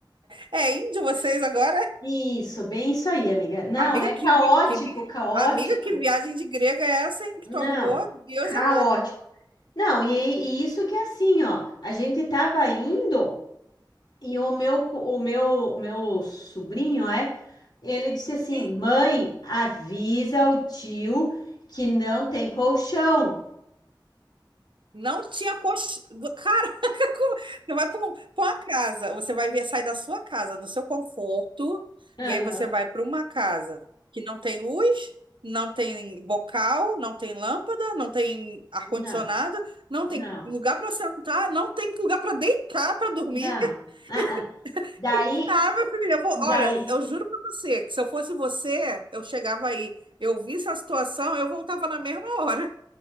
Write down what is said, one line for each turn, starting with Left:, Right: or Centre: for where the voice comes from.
Right: É índio vocês agora?
Left: Isso, bem isso aí, amiga. Não,
Right: Amiga,
Left: é caótico,
Right: que, vi- que, vi-
Left: caótico.
Right: amiga, que viagem de grega é essa, hein, que
Left: Não,
Right: tu arrumou? Deus
Left: caótico.
Right: é
Left: Não, e, e isso que é assim, ó, a gente tava indo e o meu, co- o meu, o meu sobrinho, é, Ele disse assim:
Right: mãe.
Left: Mãe, avisa o tio que não tem colchão.
Right: Não tinha coxinha. Caraca, <laughs> como- você vai para uma casa, você vai ver, sai da sua casa, no seu conforto,
Left: Aham.
Right: e aí você vai para uma casa que não tem luz, não tem bocal, não tem lâmpada, não tem ar-condicionado,
Left: Não,
Right: não tem
Left: não,
Right: lugar para sentar, não tem lugar para deitar, para dormir.
Left: não.
Right: <laughs>
Left: Ah, ah. Daí,
Right: Ah, meu filho, eu vou...
Left: daí,
Right: olha, eu juro para você que se eu fosse você, eu chegava aí, eu visse a situação, eu voltava na mesma hora.